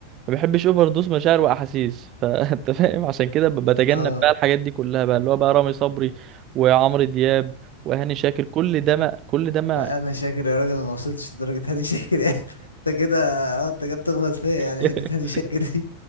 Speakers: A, on the right; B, on the left.
A: ما بحبش اوفر دوز مشاعر واحاسيس فانت <laughs> فاهم عشان كده ب- بتجنب
B: اه
A: بقى الحاجات دي كلها بقى اللي هو بقى رامي صبري وعمرو دياب وهاني شاكر كل ده ما كل ده ما
B: لا انا شاكر يا راجل انا ما وصلتش لدرجه هاني شاكر <laughs> يعني انت كده اه انت كده بتغلط فيا يعني
A: <laughs>
B: حته هاني شاكر دي